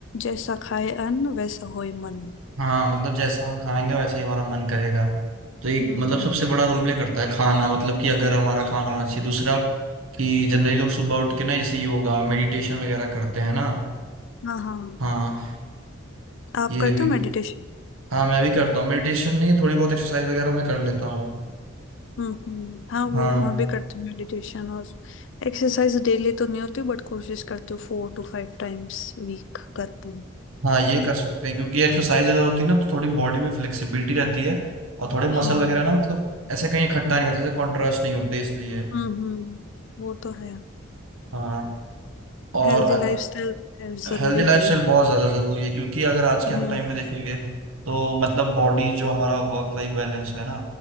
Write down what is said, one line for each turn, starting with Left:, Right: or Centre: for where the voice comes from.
Left: जैसा खाए अन्न वैसा होए मन
Right: हाँ मतलब जैसा हम खाएंगे वैसे ही हमारा मन करेगा तो एक
Left: हम्म
Right: मतलब सबसे बड़ा रोल प्ले करता है खाना मतलब कि अगर हमारा खाना होना चाहिए दूसरा कि जनरली लोग सुबह उठ के ना जैसे योगा मेडिटेशन वगैरह करते हैं ना
Left: हाँ हाँ
Right: हाँ
Left: आप
Right: ये
Left: करते
Right: भी
Left: हो मेडिटेशन
Right: हाँ मैं भी करता हूँ मेडिटेशन नहीं थोड़ी बहुत एक्सरसाइज वगैरह मैं कर लेता हूँ
Left: हम्म हम्म हाँ वो
Right: हाँ
Left: मैं भी करती हूँ मेडिटेशन और एक्सरसाइज डेली तो नहीं होती बट कोशिश करती हूँ फोर टू फाइव टाइम्स वीक करती हूँ
Right: हाँ ये कर सकते हैं क्योंकि एक्सरसाइज ज्यादा होती है ना तो थोड़ी बॉडी में फ्लेक्सिबिलिटी रहती है और थोड़े मसल
Left: हाँ
Right: वगैरह ना मतलब ऐसे कहीं इकट्ठा नहीं होते ऐसे कॉन्ट्रास्ट नहीं होते इसलिए
Left: हम्म हम्म वो तो है
Right: हाँ और
Left: हेल्दी लाइफस्टाइल जरूरी
Right: हेल्दी लाइफस्टाइल
Left: है ही
Right: बहुत ज़्यादा ज़रूरी है क्योंकि अगर आज के
Left: हम्म
Right: हम टाइम में देखेंगे तो मतलब बॉडी जो हमारा वर्क लाइफ बैलेंस है ना